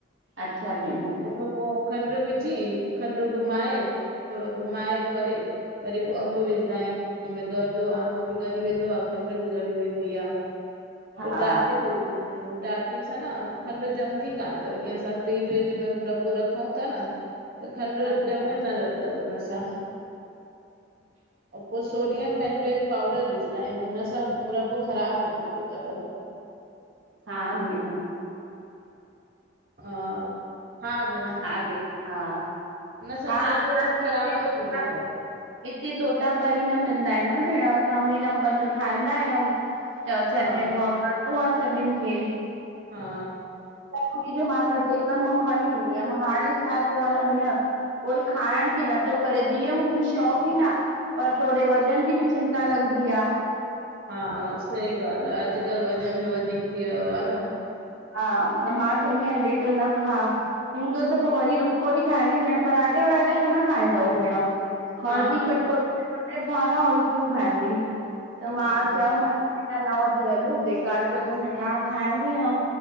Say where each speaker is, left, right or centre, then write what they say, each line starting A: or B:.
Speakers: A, on the right; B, on the right.
A: अच्छा भेण
B: तंहिंखां पोइ खंडु विझी खंडु घुमाए थोरो घुमाए करे वरी पोइ अम्ब विझंदा आहियूं में गरदो आहे अम्ब बि ॻरी वेंदो आहे खंड बि री वेंदी आहे
A: हा
B: पोइ टाट ई मिल दारूं टाटरी सां न खंडु जमंद कान अ जीअं असां फ्रि पूरापू रखूं था न त खंडु
A: अच्छा
B: ॼमियल न लॻंदव हुन सां
A: <inaudible>
B: पोइ सोडियम पंहिंजन जो ई पाउडर विझंदा आहियूं हुनसां रब ख़राबु न थींदो अथव
A: हा भेण हा
B: हा हा भेण हिन
A: हा भेण हा
B: स
A: हा
B: मुरब्बो
A: असांखे
B: वरी ख़राब
A: हिते तोता
B: न थींदो अथव
A: हिते तोता परी न मिलंदा आहिनि न भेण असां हुन नंबर जो ठाहींदा आहियूं त छा
B: हा
A: चइबो आहे सभिनि खे
B: हा
A: ममी जो मां क पेकनि मां खणी ईंदी हुयमि हाणे छा थियो आहे न भेण कोई खाइण क नथो करे धीअ मुंहिंजी शौक़ी न आहे पर थोरे वज़न जी बि चिंता लॻंदी आह
B: हा सही ॻाल्हि आहे अॼुकल्ह वज़न जो वधीक थी वियो आहे न
A: हा त मां चवंदी आां बेटा न खा हूंदो त पोइ वरी रुखो ई खाईंदी भेण पराठे वाटे सां न खाईंदव भेण खणंदी
B: हा
A: कटोती औरखियूं खाईंदी त मां
B: हा
A: चयोमस त न वठी हलो बेकार जो तूं मिठाण खाईंदीअ